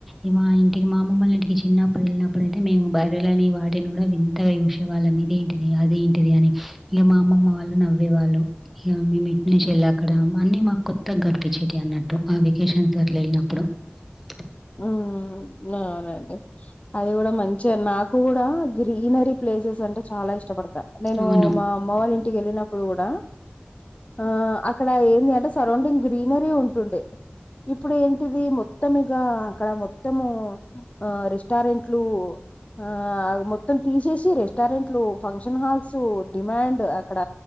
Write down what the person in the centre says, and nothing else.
ఇ మా ఇంటికి మామమ్మల్ని ఇంటికి చిన్నప్పుడు వెళ్ళినప్పుడు అయితే మేము బయరళని వాటిని కూడా వింత హంసేవాళ్ళం ఇదేంటిది అదేంటిది అని ఇంక మా అమ్మమ్మ వాళ్ళు నవ్వేవాళ్ళు ఇ మేము ఇట్ నుంచి
వెళ్ళి అక్కడ అన్నీ మాకు కొత్తగా గడిపించేట అన్నట్టు ఆ వెకేషన్స్ దగర వెళ్ళినప్పుడు <inaudible>
అవును.